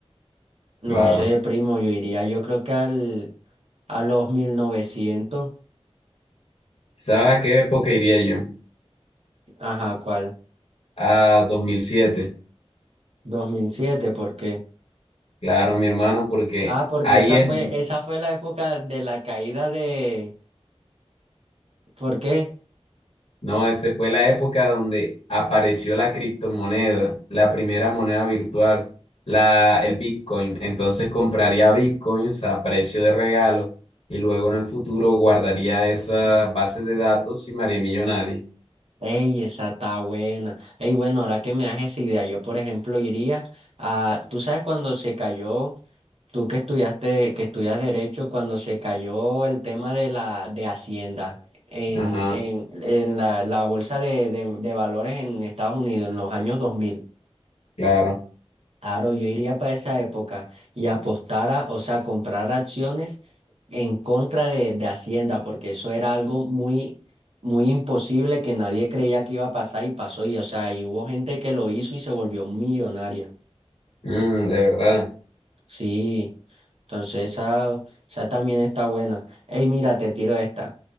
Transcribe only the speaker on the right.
No
sé, primo, yo iría, yo creo que al, a los mil novecientos
Ajá, ¿cuál?
2007, ¿por qué?
Ah, porque
esa
fue, esa fue la época de la caída de... ¿Por qué?
Ey, esa está buena. Ey, bueno, ahora que me das esa idea, yo por ejemplo iría a... ¿Tú sabes cuando se cayó? Tú que estudiaste, que estudias derecho, cuando se cayó el tema de la de Hacienda en,
en, en la, la bolsa de, de, de valores en Estados Unidos en los años 2000,
claro, yo iría para esa época y apostara, o sea, comprar acciones en contra de, de Hacienda, porque eso era algo muy, muy imposible que nadie creía que iba a pasar y pasó, y o sea, y hubo gente que lo hizo y se volvió millonaria.
Sí, entonces esa, esa también está buena. Ey, mira, te tiro esta.